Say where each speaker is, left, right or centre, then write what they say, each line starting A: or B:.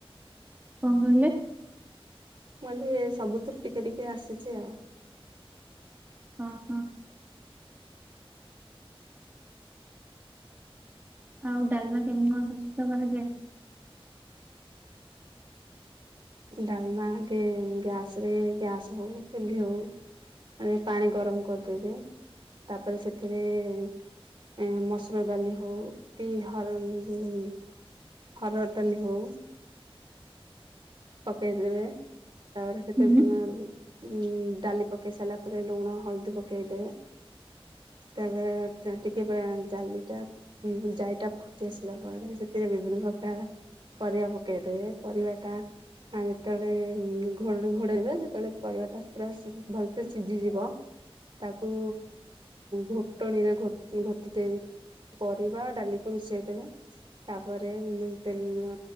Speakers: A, on the right; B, on the right.
A: କଣ କହିଲେ?
B: ମୁଁ କହିଲି ସବୁଥିରୁ ଟିକେ ଟିକେ ଆସିଚି ଆଉ।
A: ଅ ହ। ଆଉ ଡାଲମା କେମିତି କଣ ପ୍ରସ୍ତୁତ କରାଯାଏ।
B: ଡାଲମା କେ ଗ୍ୟାସରେ ଗ୍ୟାସରେ ହଉ ଚୁଲି ହଉ। ଆଗେ ପାଣି ଗରମ କରିଦେବେ ତାପରେ ସେଥିରେ ମସୁର ଡାଲି ହଉ କିି ହରଡ଼ <inaudible> ହରଡ଼ଡାଲି ହଉ। ପକେଇଦବେ ତାପରେ ସେଟାକୁ
A: ହୁଁ।
B: ଉ ଡାଲି ପକାଇ ସାରିଲା ପରେ ଲୁଣ ହଳଦୀ ପକେଇଦେବେ। ତାପରେ ଟିକେ ଡାଲିଟା ଜାଇଟା ଫୁଟି ଆସିଲା ପରେ ସେଥିରେ ବିଭିନ୍ନ ପ୍ର ପରିବା ପକେଇଦେବେ ପରିବା ଟା। ଆ ଯେତେବେଳେ ଘୋଡ ଘୋଡେଇବେ ଯେତେବେଳେ ପରିବାଟା ପୁର ଭଲସେ ସିଝିଯିବ ତାକୁ ଘୋଟଣିରେ ଘୋଟି ଦେଇି ପରିବା ଆଉ ଡାଲିକୁ ମିଶେଇଦବେ। ତାପରେ ତେ ଉଁ